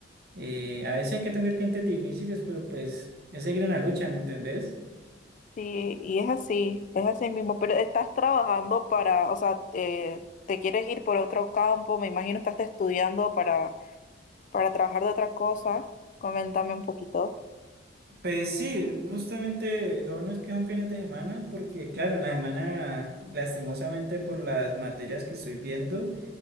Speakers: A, on the right; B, on the left.
A: eh, a veces hay que atender clientes difíciles, pero pues es seguir en la lucha, ¿me entendés?
B: Sí, y es así, es así mismo, pero estás trabajando para, o sea, eh, te quieres ir por otro campo, me imagino estás estudiando para, para trabajar de otra cosa, coméntame un poquito.
A: Pues sí, justamente lo bueno es que son fines de semana, porque claro, en la semana, lastimosamente por las materias que estoy viendo,